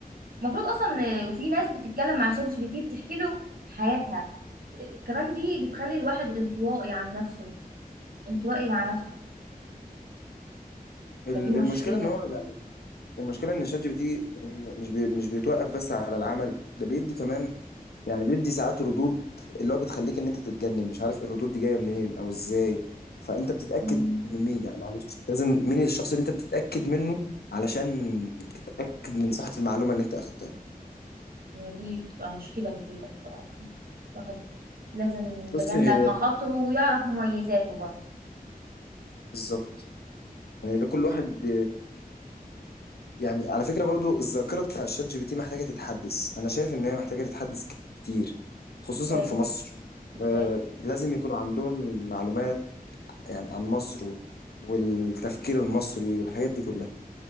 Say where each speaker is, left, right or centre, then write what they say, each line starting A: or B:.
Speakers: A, on the right (about 70°); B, on the left (about 85°).
A: المفروض اصلا آه، وفي ناس بتتكلم مع شات جي بي تي بتحكي له حياتها كمان دي بتخلي الواحد انطوائي عن نفسه انطوائي مع نفسه
B: ال-
A: فدي مشكلة
B: المشكلة ان هو يعني المشكلة ان الشات جي بي تي م- مش بي مش بيتوقف بس على العمل ده بيدي كمان يعني بيدي ساعات ردود اللي هو بتخليك ان انت تتجنن مش عارف الردود دي جايه منين او ازاي فانت بتتاكد
A: مم.
B: من مين يعني معلش انت لازم مين الشخص اللي انت بتتاكد منه علشان تتاكد من صحه المعلومه اللي انت اخدتها
A: يعني دي بتبقى مشكلة كبيرة بصراحة. الواحد لازم يتجنب
B: بص هي
A: مخاطره ويعرف مميزاته برضه
B: بالظبط يعني كل واحد يعني على فكره برضو الذاكره بتاع الشات جي بي تي محتاجه تتحدث انا شايف ان هي محتاجه تتحدث كتير خصوصا
A: ازاي
B: في مصر
A: ازاي
B: آه، لازم يكونوا عندهم معلومات يعني عن مصر و- والتفكير المصري والحاجات دي كلها